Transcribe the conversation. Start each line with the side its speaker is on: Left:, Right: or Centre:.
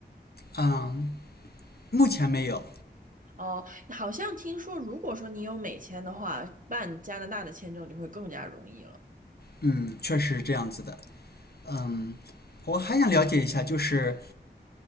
Left: 嗯，目前没有。
Right: 哦，好像听说，如果说你有美签的话，办加拿大的签证就会更加容易了。
Left: 嗯，确实这样子的。嗯，我还想了解一下，就是